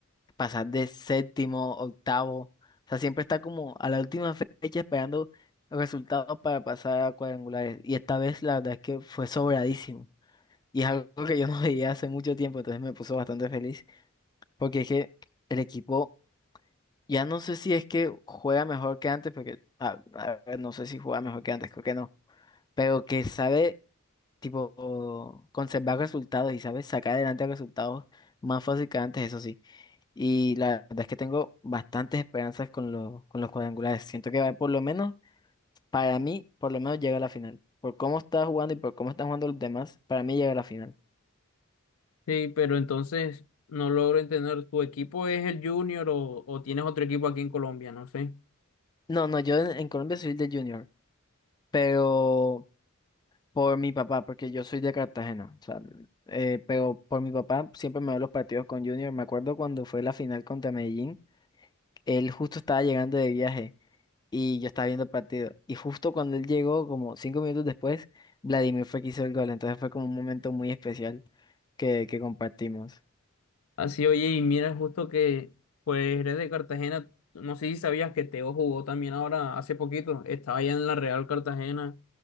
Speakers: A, on the left; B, on the left.
A: pasar de séptimo, octavo. O sea, siempre está como a la última fecha esperando resultados para pasar a cuadrangulares. Y esta vez, la verdad es que fue sobradísimo. Y es algo que yo no <laughs> veía hace mucho tiempo, entonces me puso bastante feliz. Porque es que el equipo. Ya no sé si es que juega mejor que antes, porque a- a ver, no sé si juega mejor que antes, creo que no. Pero que sabe, tipo, conservar resultados y sabe sacar adelante resultados más fácil que antes, eso sí. Y la verdad es que tengo bastantes esperanzas con los, con los cuadrangulares. Siento que va, por lo menos, para mí, por lo menos llega a la final. Por cómo está jugando y por cómo están jugando los demás, para mí llega a la final.
B: Sí, pero entonces no logro entender, ¿tu equipo es el Junior o, o tienes otro equipo aquí en Colombia? No sé.
A: No, no, yo en, en Colombia soy de Junior, pero por mi papá, porque yo soy de Cartagena, o sea, eh, pero por mi papá siempre me veo los partidos con Junior. Me acuerdo cuando fue la final contra Medellín, él justo estaba llegando de viaje y yo estaba viendo el partido. Y justo cuando él llegó, como cinco minutos después, Vladimir fue quien hizo el gol. Entonces fue como un momento muy especial que, que compartimos.
B: Así, oye, y mira, justo que pues eres de Cartagena. No sé si sabías que Teo jugó también ahora hace poquito. Estaba allá en la Real Cartagena.